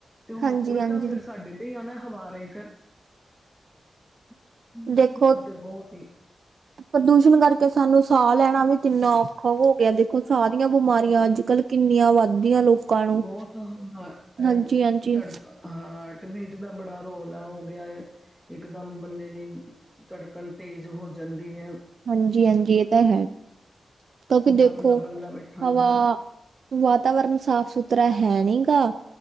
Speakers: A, in the centre; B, on the right.
A: ਤੇ ਉਹ
B: ਹਾਂਜੀ
A: ਉਲਟਾ
B: ਹਾਂਜੀ
A: ਫਿਰ ਸਾਡੇ ਤੇ ਆਉਣਾ ਹਵਾ ਰਾਈ ਫਿਰ, ਹਾਂਜੀ
B: ਦੇਖੋ
A: ਓ ਤੇ ਬਹੁਤ ਈ
B: ਪ੍ਰਦੂਸ਼ਣ ਕਰਕੇ ਸਾਨੂੰ ਸਾਹ ਲੈਣਾ ਵੀ ਕਿੰਨਾ ਔਖਾ ਹੋ ਗਿਆ ਦੇਖੋ ਸਾਹ ਦੀਆਂ ਬਿਮਾਰੀਆਂ ਅੱਜ-ਕੱਲ੍ਹ ਕਿੰਨੀਆਂ ਵੱਧਦੀਆਂ ਲੋਕ ਨੂੰ
A: ਬਹੁਤ ਹੁੰਦਾ,
B: ਹਾਂਜੀ
A: ਅਹ
B: ਹਾਂਜੀ
A: ਤੜਕਾ। ਹਾਂਟ-ਬੀਟ ਦਾ ਬੜਾ ਰੋਲਾ ਹੋ ਗਿਆ ਏ। ਇਕਦਮ ਬੰਦੇ ਦੀ, ਧੜਕਣ ਤੇਜ਼ ਹੋ ਜਾਂਦੀ ਐ।
B: ਹਾਂਜੀ-ਹਾਂਜੀ ਇਹ ਤਾਂ ਹੈ, ਕਿਉਂਕਿ
A: ਚੰਗਾ
B: ਦੇਖੋ
A: ਭਲਾ ਬੰਦਾ ਬੈਠਾ ਹੁੰਦਾ
B: ਹਵਾ ਵਾਤਾਵਰਨ ਸਾਫ-ਸੁਥਰਾ ਹੈ ਨੀਗਾ